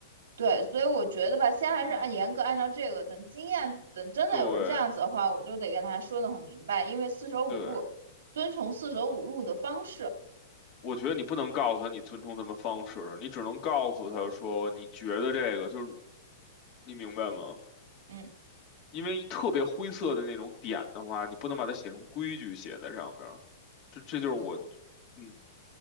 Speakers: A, on the right; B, on the left.
A: 对，所以我觉得吧，先还是按严格按照这个，
B: 嗯，
A: 等经验，等真的有人这样子的话，
B: 对
A: 我就得跟他说的很明白，因为四舍五入，
B: 对，
A: 遵从四舍五入的方式。
B: 我觉得你不能告诉他你尊重他们方式，你只能告诉他说你觉得这个就是，你明白吗？
A: 嗯
B: 因为特别灰色的那种点的话，你不能把它写成规矩写在上面儿，这这就是我，
A: 嗯
B: 嗯，